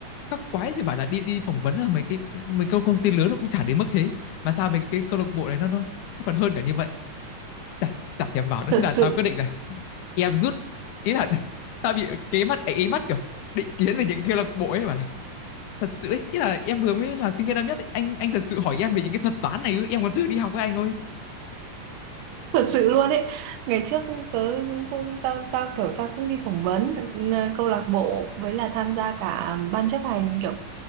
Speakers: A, on the left (about 75°); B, on the right (about 80°).
A: các quái gì bảo là đi đi phỏng vấn ở mấy cái mấy câu công ty lớn nó cũng chả đến mức thế mà sao mấy cái, cái câu lạc bộ đấy nó nó nó còn hơn cả như vậy chả chả thèm vào nữa
B: thật
A: thế là
B: sự
A: tao quyết định là em rút ý là <laughs> tao bị cái mắt ấy mắt kiểu định kiến về những cái câu lạc bộ ấy bảo là thật sự ấy, ý là em vừa mới là sinh viên năm nhất ấy, anh anh thật sự hỏi em về những cái thuật toán này ư em còn chưa đi học với anh ơi
B: thật sự luôn ấy ngày trước tớ cũng tao tao kiểu tao cũng đi phỏng vấn ừ, câu lạc bộ với là tham gia cả ban chấp hành kiểu